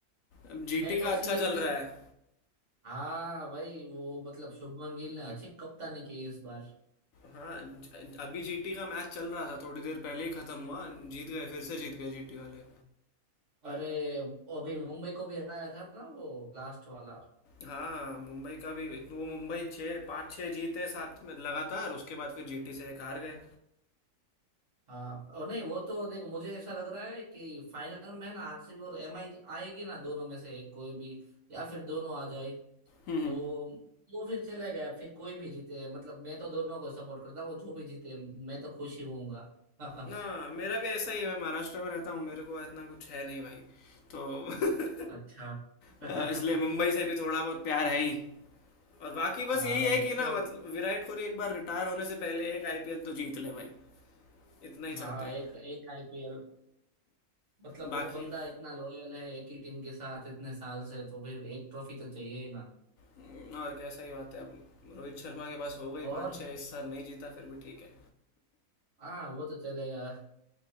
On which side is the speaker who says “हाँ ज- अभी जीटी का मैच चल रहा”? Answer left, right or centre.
Left